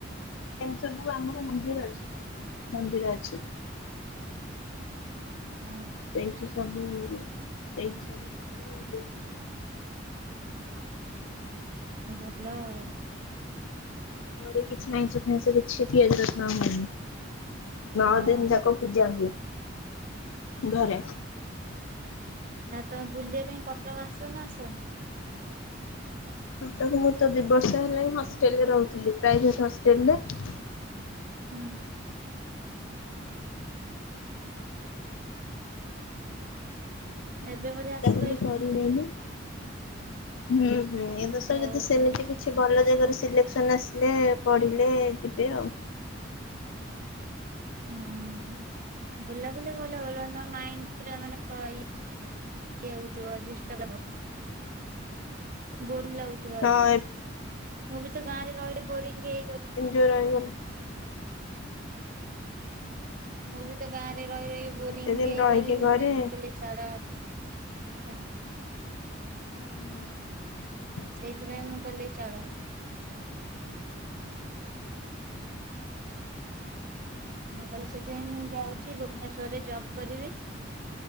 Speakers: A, on the left (about 85°); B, on the right (about 45°).
A: ଏମିତି ସବୁ ଆମର ମନ୍ଦିର ଅଛି କାହିଁକି ନା ମନ୍ଦିର ଅଛି।
B: ଉଁ।
A: ସେଇଠି ସବୁ ଏଇଠି ସବୁ। ଫ୍ରି ହେଲେ।
B: ଭଲ ଆଉ।
A: ଛେ ଘରେ କିଛି ଆଇଁଷ, ଫାଇଷ କିଛି ପିଆଜ, ରସୁଣ ହୁଏନି। ନଅଦିନି
B: ହଁ
A: ଜାକ ପୂଜା ହୁଏ ଘରେ।
B: ନା ତମେ ବୁଲିବା ପାଇଁ କଟକ ଆସନା ଆସନି।
A: ଫଟକୁ ମୁଁ ତ ଦି ବର୍ଷ ହେଲା ହିଁ ହଷ୍ଟେଲରେ ରହୁଥିଲି ପ୍ରାଇଭେଟ ହଷ୍ଟେଲ ରେ।
B: ହୁଁ। ଏବେ ବୋଧେ ଆସ।
A: ଏ କରିହୁଏ ନି ହୁଁ ହୁଁ ଏ ଦଶ
B: ଓହୋ
A: ଯଦି ସେମିତି କି। କିଛି ଭଲ ଜାଗାରୁ ସିଲେକ୍ସନ ଆସିଲେ ପଢ଼ିଲେ ଯିବେ ଆଉ।
B: ହୁଁ ବୁଲାବୁଲି ଭଲ କର ନା ମାଇଣ୍ଡି ପୁରା ମାନେ ଇଏ। ଏ ହଉଥିବ ଆଜି ଇଷ୍ଟ ପର୍ବ ବୋରିଙ୍ଗି ଲାଗୁ ଥୁଆ
A: ହଁ
B: ଆଜ୍ଞା ମୁଁ ବି ତ ଗାଁରେ ରହିଲେ ବୋରିଙ୍ଗି ହେଇଗଲି।
A: ସେ ରହିଗଲେ।
B: ମୁଁ ବି ତ ଗାଁରେ ରହି, ରହି ବୋରିଙ୍ଗି
A: ଏତେ ଦିନ
B: ହେଇଗଲି
A: ରହିକି ଘରେ
B: ସେଥିପାଇଁ ମୁଁ କହିଲି ଛାଡ କ
A: ଉଁ ହୁଁ।
B: ସେଇଥିପାଇଁ ମୁଁ କହିଲି ଚାଳ। ମୁଁ କହିଲି ସେଥିପାଇଁ ମୁଁ ଯାଉଛି ଭୁବନେଶ୍ଵରରେ ଜବ୍ କରିବି।